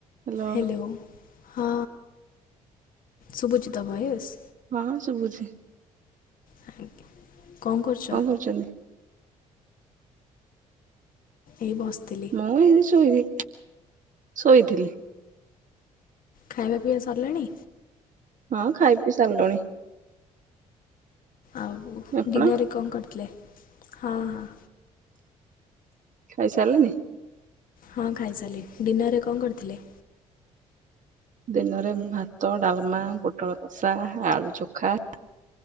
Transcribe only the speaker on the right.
ହ୍ୟାଲୋ
ହଁ ସୁବୁଛି।
କିଛି ନାଇ।
ମୁଁ ଏମିତି ଶୋଇବି ଶୋଇଥିଲି।
ହଁ ଖାଇ ପିଇ ସାର୍ଲୁଣି।
ଆପଣ
ଖାଇସାଲନି?
ଦିନରେ ମୁ ଭାତ, ଡାଲ୍ମା, ପୋଟଳ କଷା, ଆଳୁ ଚଖା